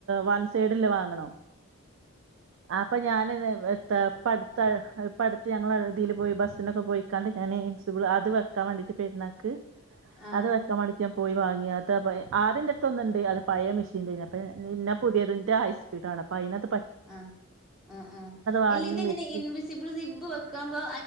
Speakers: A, on the right (about 60°); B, in the centre.
A: വൺ സൈഡല്ലേ വാങ്ങണോ ആ അപ്പൊ ഞാനത് എത്ത പടുത്ത പടുത്തത്ത് ഞങ്ങൾ ഇുതിയിൽ പോയി ബസ്സിനൊക്കെ പോയിക്കാണ്ട് ഞാൻ ഇൻസിബിൾ അത് വെക്കാൻ വേണ്ടിയിട്ട് പെരുന്നാൾക്ക്
B: ആ
A: അത് വെക്കാൻ മടിക്കാ പോയി വാങ്ങിയാ അതാ ആദ്യം എന്റെ അടുത്ത് ഒന്നുണ്ട് അത് പഴയ മെഷീൻന്റെ പിന്നെ പുതിയതിന്റെ ഹൈസ്പീഡ് ആണ് അപ്പോ അയിനാത്തു
B: ആ ആ ആ
A: വാങ്ങി
B: ഇല്ല ഇത ഇങ്ങനെ
A: വെച്ച്
B: എൻവിസിബിൾ സിബ് വെക്കുമ്പോ